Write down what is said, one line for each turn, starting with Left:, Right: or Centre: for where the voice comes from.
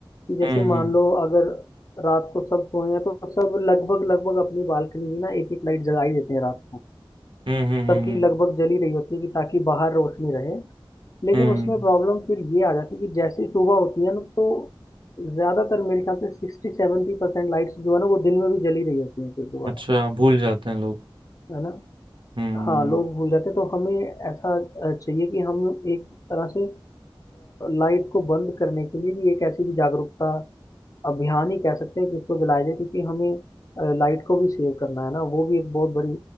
Left: कि
Right: हम्म
Left: जैसे मान लो अगर रात को सब सोए हैं तो सब लगभग लगभग अपनी बालकनी में ना एक एक लाइट जला ही देते हैं रात को
Right: हम्म हम्म
Left: सबकी
Right: हम्म,
Left: लगभग जली रही होती है कि ताकि बाहर रोशनी रहे लेकिन
Right: हम्म,
Left: उसमें प्रॉब्लम फिर ये आ जाती है कि जैसे ही सुबह होती है ना तो ज्यादातर मेरे ख्याल से सिक्सटी सेवेंटी परसेंट लाइट्स जो है ना वो दिन में भी जली रही होती हैं फिर दोबारा
Right: अच्छा भूल जाते हैं लोग
Left: है ना
Right: हम्म
Left: हाँ लोग भूल जाते हैं तो हमें ऐसा अ, चाहिए कि हम एक तरह से लाइट को बंद करने के लिए भी एक ऐसी भी जागरूकता अभियान ही कह सकते हैं कि इसको जलाया जाए क्योंकि हमें लाइट को भी सेव करना है ना वो भी एक बहुत बड़ी